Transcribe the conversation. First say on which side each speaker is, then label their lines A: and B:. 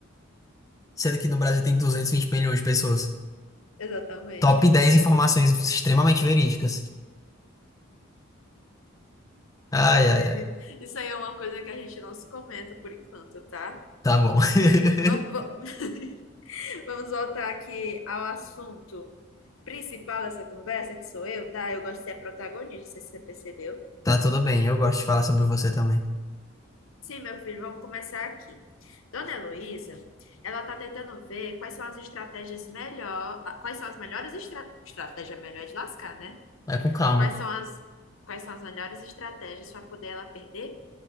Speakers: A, on the left; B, on the left.
A: sendo que no Brasil tem 220 milhões de pessoas.
B: Exatamente.
A: Top 10 informações extremamente verídicas. Ai,
B: Meu filho,
A: ai, ai.
B: isso aí é uma coisa que a gente não se comenta por enquanto, tá?
A: Tá bom. <laughs>
B: Vamos, Vamos voltar aqui ao assunto principal dessa conversa, que sou eu, tá? Eu gosto de ser a protagonista, não sei se você percebeu.
A: Tá tudo bem, eu gosto de falar sobre você também.
B: Sim, meu filho, vamos começar aqui. Dona Heloísa, ela tá tentando ver quais são as estratégias melhor, ah, quais são as melhores estra... estratégia melhor é de lascar, né?
A: Vai com calma.
B: Quais são as quais são as melhores estratégias para poder ela perder